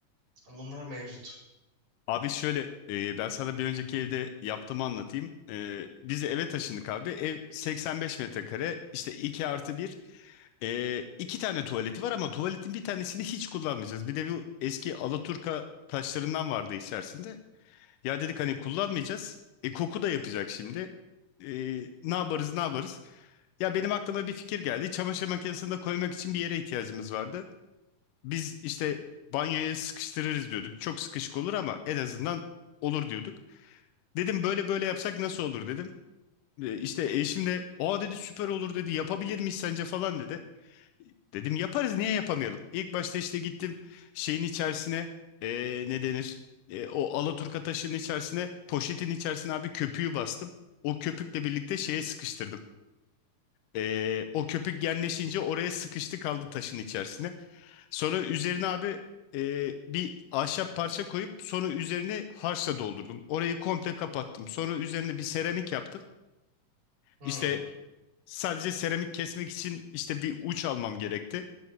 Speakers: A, on the right; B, on the left.
A: bunlar mevcut.
B: Abi şöyle e, ben sana bir önceki evde yaptığımı anlatayım. E, biz eve taşındık abi. Ev 85 metrekare işte iki artı bir E, iki tane tuvaleti var ama tuvaletin bir tanesini hiç kullanmayacağız. Bir de bu eski Alaturka taşlarından vardı içerisinde. Ya dedik hani kullanmayacağız. E, koku da yapacak şimdi. E, ne yaparız ne yaparız? Ya benim aklıma bir fikir geldi. Çamaşır makinesini de koymak için bir yere ihtiyacımız vardı. Biz işte banyoya sıkıştırırız diyorduk. Çok sıkışık olur ama en azından olur diyorduk. Dedim böyle böyle yapsak nasıl olur dedim. E, İşte eşim de aa dedi süper olur dedi yapabilir miyiz sence falan dedi. Dedim yaparız niye yapamayalım? İlk başta işte gittim şeyin içerisine e, ne denir? E, o alaturka taşının içerisine poşetin içerisine abi köpüğü bastım. O köpükle birlikte şeye sıkıştırdım. E, o köpük genleşince oraya sıkıştı kaldı taşın içerisine. Sonra üzerine abi e, bir ahşap parça koyup sonra üzerine harçla doldurdum. Orayı komple kapattım. Sonra üzerine bir seramik yaptım.
A: Hmm,
B: İşte sadece seramik kesmek için işte bir uç almam gerekti.